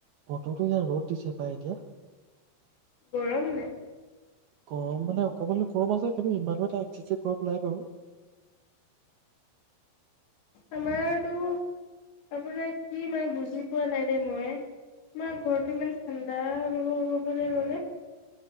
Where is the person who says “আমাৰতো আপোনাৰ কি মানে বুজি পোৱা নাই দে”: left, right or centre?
Left